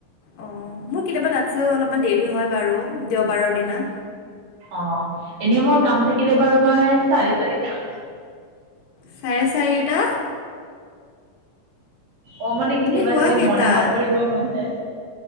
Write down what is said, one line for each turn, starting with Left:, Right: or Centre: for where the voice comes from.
Left: অহ, মোৰ কেতিয়াবা তাতছেও অলপমান দেৰি হয় বাৰু দেওবাৰৰ দিনা।
Right: অহ, এনেই মোৰ কাম থাকিলে বাৰু মই চাৰি চাৰিটা
Left: চাৰে চাৰিটা
Right: অহ, মানে কেতিয়াবা
Left: তুমি শুৱা
Right: যদি
Left: কেইটাত
Right: মৰ্ণিং ৱাক কৰিব মন যায়।